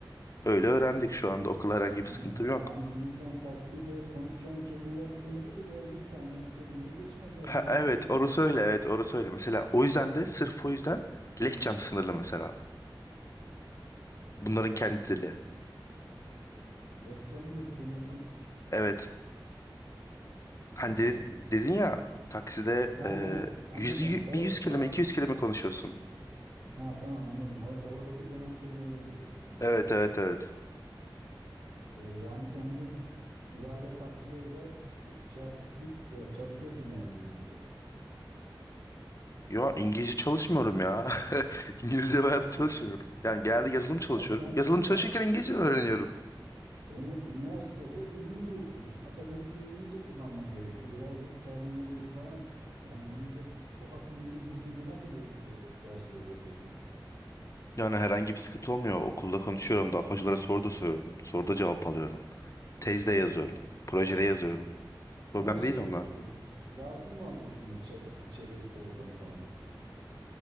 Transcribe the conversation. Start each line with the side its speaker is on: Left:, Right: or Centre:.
Left: Öyle öğrendik şu anda okula herhangi
Right: Yani,
Left: bir sıkıntım yok.
Right: yani şimdi sen takside konuşacağın kelimeler sınırlıdır ya. 100 tane kelimeyi geçmez her
Left: Ha,
Right: gün aynı
Left: evet
Right: şey konuş.
Left: orası öyle evet orası öyle. Mesela o yüzden de sırf o yüzden lehçem sınırlı mesela. Bunların kendi dili.
Right: Lehçen mi sınırlı?
Left: Evet. Hani
Right: Nasıl
Left: de-
Right: yani?
Left: dedin ya takside
Right: He he
Left: e,
Right: anladım.
Left: yüzde, yü-
Right: O
Left: bir yüz kelime
Right: sadece
Left: iki yüz kelime konuşuyorsun.
Right: Ha, tamam anladım. Or- Oradaki dönen kelimeleri biliyorsun.
Left: Evet evet evet.
Right: Ee, yani kendin ilave takviye ile e, şey yap, tü- e, çalışıyorsun yani İngilizce.
Left: Ya İngilizce çalışmıyorum ya. <laughs> İngilizce bayağı
Right: Ama
Left: çalışmıyorum. Yani genelde yazılım çalışıyorum.
Right: abi sen şimdi
Left: Yazılım çalışırken
Right: bak
Left: İngilizce öğreniyorum.
Right: ünü- üniversitede İngilizce okuyorsun. Akademik İngilizce kullanman gerekiyor. Birazcık terminoloji falan. Yani İngilizce sokak İngilizcesiyle nasıl böyle dersleri yapıyorsun?
Left: Yani herhangi bir sıkıntı olmuyor. Okulda konuşuyorum da hocalara soru da soruyorum. Soruda cevap alıyorum. Tezde yazıyorum. Projede yazıyorum. Problem
Right: Ama şey
Left: değil onlar.
Right: e, yardım mı alıyorsun bu chat çeviri programı falan?